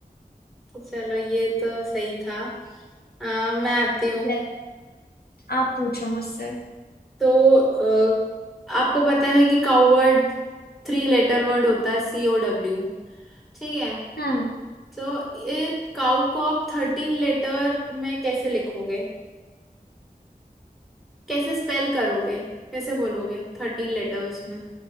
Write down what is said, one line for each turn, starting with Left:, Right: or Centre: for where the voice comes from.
Centre: चलो ये तो सही था अ, मैं आती हूँ
Left: ये आप पूछो मुझसे
Centre: तो अ, आपको पता है कि cow word three letter word होता है सी ओ डब्ल्यू ठीक है
Left: हम्म
Centre: तो ये काउ को आप थर्टीन लेटर में कैसे लिखोगे कैसे स्पेल करोगे कैसे बोलोगे थर्टीन लेटर्स में